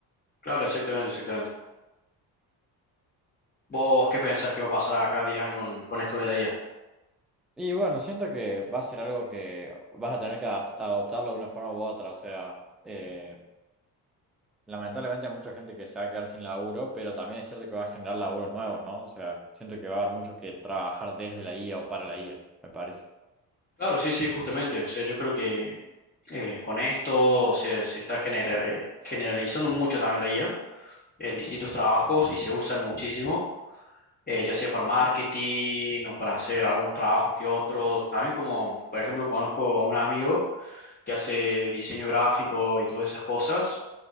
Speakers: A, on the left (about 20°); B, in the centre.
A: Claro, exactamente, exactamente. ¿Vos qué pensás que va a pasar acá 10 años con, con esto de la IA?
B: Y bueno, siento que va a ser algo que vas a tener que adap- adoptarlo de una forma u otra, o sea, eh, Lamentablemente hay mucha gente que se va a quedar sin laburo, pero también es cierto que va a generar laburos nuevos, ¿no? O sea, siento que va a haber mucho que trabajar desde la IA o para la IA, me parece.
A: Claro, sí, sí, justamente. O sea, yo creo que eh, con esto, o sea, se está genera- eh, generalizando mucho también la IA en distintos trabajos y se usan muchísimo. eh, ya sea para marketing o para hacer algunos trabajos que otros. También como, por ejemplo, conozco a un amigo que hace diseño gráfico y todas esas cosas.